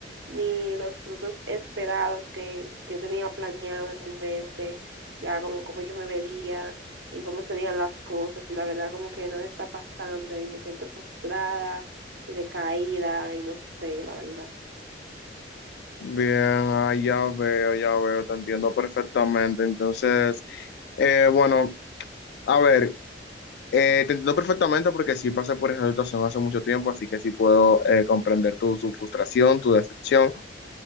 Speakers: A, on the right; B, on the left.
A: ni los frutos esperados que yo tenía planeado en mi mente, ya como cómo yo me vería y cómo serían las cosas y la verdad como que nada está pasando y me siento frustrada y decaída y no sé, la verdad.
B: Bien, ah, ya veo, ya veo, te entiendo perfectamente. Entonces, eh, bueno, a ver, eh, te entiendo perfectamente porque sí pasé por esa situación hace mucho tiempo, así que sí puedo eh, comprender tu, tu frustración, tu decepción.